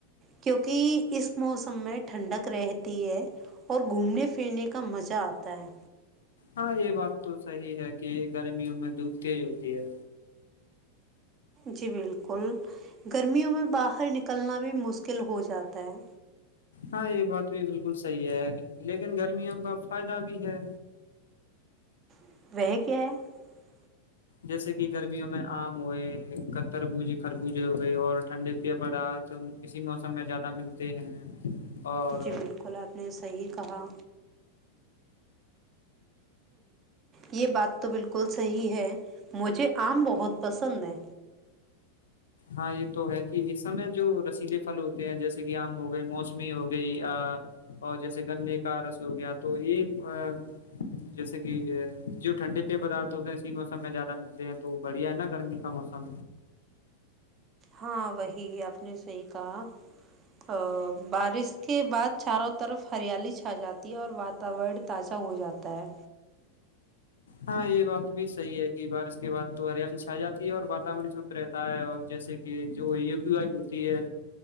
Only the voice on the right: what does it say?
کیونکہ اس موسم میں ٹھنڈک رہتی ہے اور گھومنے پھرنے کا مزہ آتا ہے
جی بالکل گرمیوں میں باہر نکلنا بھی مسکل کل ہو جاتا ہے
<unintelligible>
جی بالکل آپ نے صحیح کہا یہ بات تو بالکل صحی ہے مجھے آم بہت پسند ہے
ہاں وہی آپ نے صحیح کہا ا باراس کے بعد چاروں طرف ہریالی چھا جاتی ہے اور واتاور تازہ ہو جاتا ہے